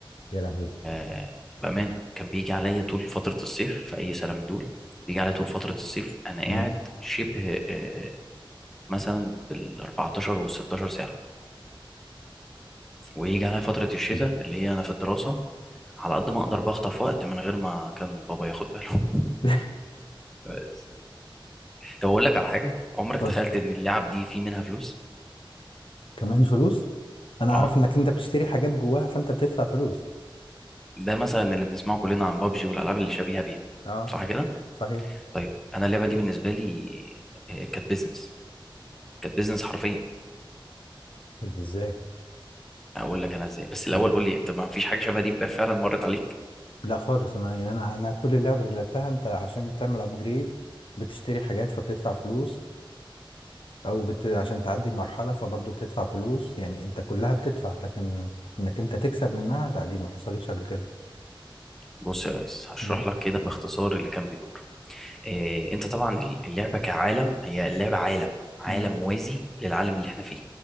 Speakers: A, on the left (about 70°); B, in the centre.
A: يا لهوي
B: آه، بأمانة كان بيجي عليا طول فترة الصيف في أي سنة من دول بيجي عليا طول فترة الصيف أنا قاعد
A: مم.
B: شبه آه، مثلا بال 14 وال 16 ساعة ويجي عليا فترة الشتاء
A: لا
B: اللي هي أنا في الدراسة على قد ما أقدر بخطف وقت من غير ما كان بابا ياخد باله
A: <laughs>
B: <laughs> بس. طب أقول لك على حاجة عمرك
A: اتفضل
B: تخيلت إن اللعب دي في منها فلوس؟
A: كمان فلوس أنا أعرف
B: أه
A: إنك أنت بتشتري حاجات جواها فأنت بتدفع فلوس
B: ده مثلا اللي بنسمعه كلنا عن بابجي والألعاب اللي شبيهة بيها
A: أه
B: صح كده؟
A: صحيح
B: طيب أنا اللعبة دي بالنسبة لي آه، كانت بيزنس كانت بيزنس حرفيا
A: طب إزاي؟
B: هقول لك انا ازاي بس الاول
A: مم.
B: قول لي انت ما فيش حاجه شبه دي بقى فعلا مرت عليك
A: لا خالص أنا يعني أنا أنا كل اللعبة اللي لعبتها أنت عشان تعمل أبجريد بتشتري حاجات فبتدفع فلوس أو بت... عشان تعدي مرحلة فبرضه بتدفع فلوس يعني أنت كلها بتدفع لكن إنك أنت تكسب منها لا دي ما حصلتش قبل كده
B: بص يا ريس هشرح
A: مم.
B: لك كده باختصار اللي كان بيدور إيه انت طبعا اللعبه كعالم هي اللعبه عالم عالم
A: مم.
B: موازي للعالم اللي احنا فيه